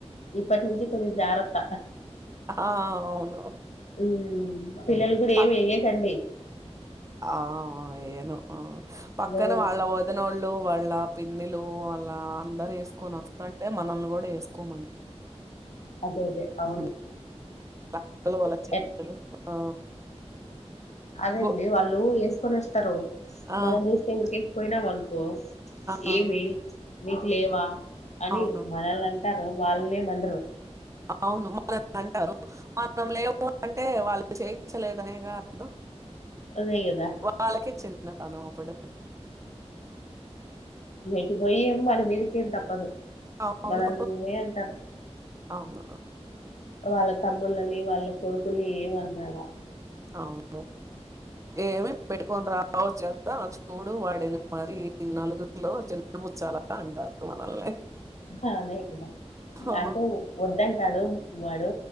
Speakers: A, on the left (about 80°); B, on the right (about 25°).
A: ఇప్పటి నుంచి కొంచెం జాగ్రత్త
B: ఆ! అవును.
A: హ్మ్ పిల్లల కూడా
B: పక్
A: ఏం వెయ్యకండీ
B: ఆ ఆ ఏయ్యాను ఆ పక్కన
A: వేయ
B: వాళ్ళ వాదినోళ్ ళ్ళు వాళ్ళ పిన్నిలు వాళ్ళ అందరు ఏసుకొని వస్తుంటే మనల్ని కూడా వేసుకోమన్
A: అదే అదే అవును
B: హ్ అక్కలు వాళ్ల చెల్లులు
A: ఎట్
B: ఆ
A: అదేండి
B: గొ
A: వాళ్ళు వేసుకొని వస్తారు
B: ఆ!
A: మనం చూస్తే వేసుపోయినామ కో
B: ఆ!
A: ఏమి నీకు లేవా అని
B: అవును.
A: మనల్ని అం టారు వాళ్ళనేమనరు
B: అవును మనల్ని అంటారు మనం లేవు అంటే వాళ్ళు చేయించలేదనేగా అర్థం
A: అదే కదా
B: వాళ్ళకే చిన్నతనంప్పుడు
A: ఏటుపోయి ఏం మన మీదికేం తప్పదు
B: అవును.
A: మనల్నే అంటారు
B: అవును.
A: వాళ్ళ తమ్ములని వాళ్ళ కొడుకుల్ని ఏమనర్ ఆడ
B: అవును ఏమే పెట్టుకొని రావోచ్చుకద్ దా చూడు వాడిని మరి నలుగురిలో చిన్నపుుచ్చాలని అంటారు మనల్ని
A: హా అదే గదా
B: ఆ!
A: అంటే వద్దంటాడు వాడు